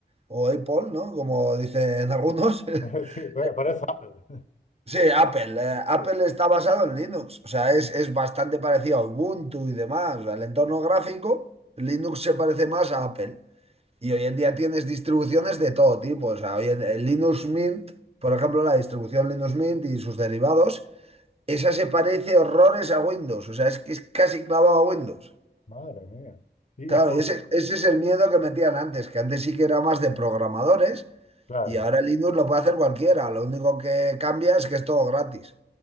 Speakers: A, on the right; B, on the left.
A: o Apple, ¿no? Como dicen algunos. <laughs>
B: <laughs> Sí, pa- parece Apple.
A: Sí, Apple. eh, Apple
B: Sí,
A: está basado en Linux, o sea, es, es bastante parecido a Ubuntu y demás. O sea, el entorno gráfico, Linux se parece más a Apple. Y hoy en día tienes distribuciones de todo tipo. O sea, hoy en, el Linux Mint, por ejemplo, la distribución Linux Mint y sus derivados, esa se parece horrores a Windows. O sea, es que es casi clavado a Windows.
B: madre mía. Y,
A: Claro,
B: y func-
A: y ese, ese es el miedo que metían antes, que antes sí que era más de programadores
B: claro,
A: y ahora Linux lo puede hacer cualquiera. Lo único que cambia es que es todo gratis.